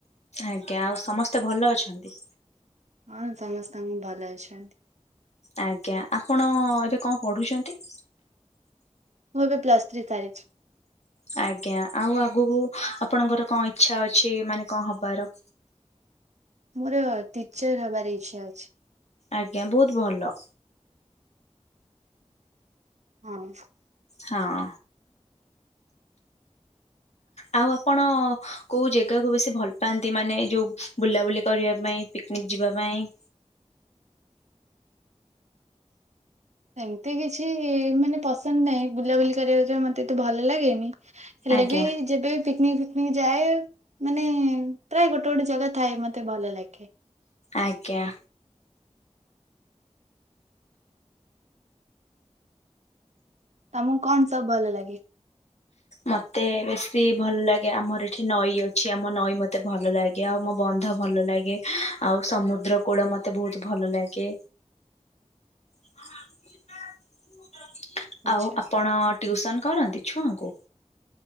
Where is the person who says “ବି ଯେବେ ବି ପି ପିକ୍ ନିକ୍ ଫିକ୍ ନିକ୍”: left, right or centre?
Right